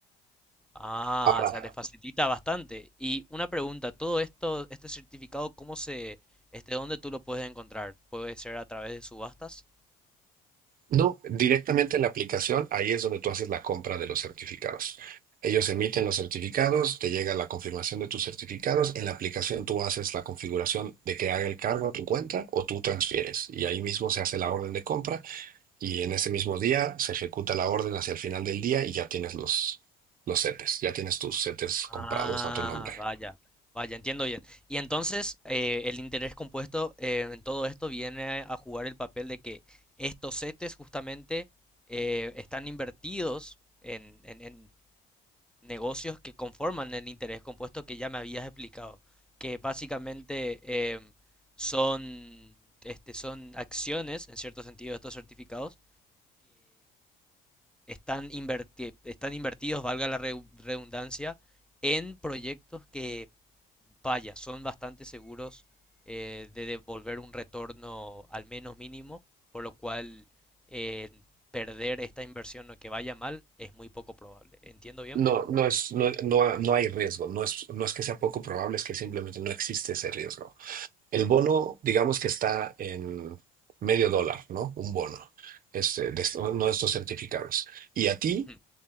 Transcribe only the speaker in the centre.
Ah,
o sea, les facilita bastante. Y una pregunta, todo esto, este certificado, ¿cómo se, este, dónde tú lo puedes encontrar? ¿Puede ser a través de subastas?
Ah,
vaya, vaya, entiendo bien. Y entonces eh, el interés compuesto eh, en todo esto viene a jugar el papel de que estos CETES justamente eh, están invertidos en, en- en negocios que conforman el interés compuesto que ya me habías explicado, que básicamente em, son, este, son acciones, en cierto sentido, de estos certificados están, inverti- están invertidos, valga la reu- redundancia, en proyectos que, vaya, son bastante seguros eh, de devolver un retorno al menos mínimo, por lo cual eh, perder esta inversión o que vaya mal es muy poco probable. ¿Entiendo bien?
Ujú.